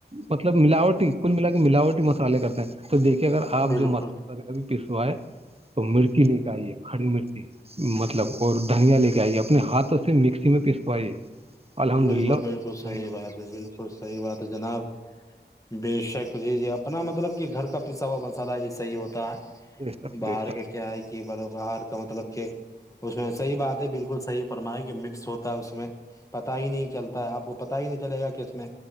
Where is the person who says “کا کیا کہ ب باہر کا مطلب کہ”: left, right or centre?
Left